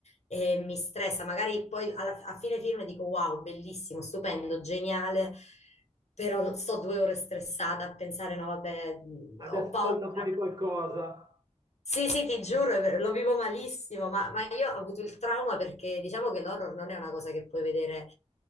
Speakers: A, on the left (about 70°); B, on the right (about 30°).
A: e mi stressa. Magari poi alla- a fine film dico wow, bellissimo, stupendo, geniale, però sto due ore stressata a pensare, no, vabbè, mh,
B: adesso
A: ho paura.
B: salta fuori qualcosa.
A: Sì, sì, ti giuro, è ver- lo vivo malissimo, ma, ma io ho avuto il trauma perché diciamo che l'horror non è una cosa che puoi vedere,